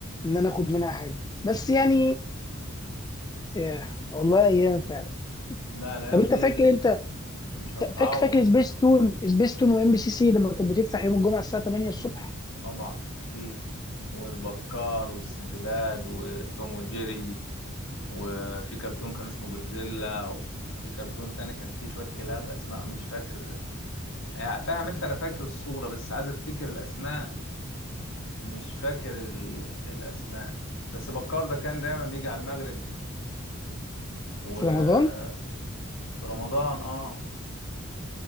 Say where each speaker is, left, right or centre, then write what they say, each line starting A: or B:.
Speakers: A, on the left; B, on the left.
A: إن أنا آخد منها حاجة بس يعني ياه والله أيام فعلا
B: لا الأيام
A: طب أنت
B: دي
A: فاكر أنت
B: مش هتعوض
A: فاكر فاكر سبيس تون سبيس تون وإم بي سي سي لما كانت بتفتح يوم الجمعة الساعة 8 الصبح
B: طبعا أكيد والبكار والسندباد وتوم وجيري وفي كرتون كان اسمه جودزيلا وفي كرتون تاني كان فيه شوية كلاب أسماء مش فاكر يعني فاهم أنت أنا فاكر الصورة بس عايز أفتكر الأسماء مش فاكر ال... الأسماء بس بكار ده كان دايما بيجي على المغرب و
A: في رمضان؟
B: في رمضان اه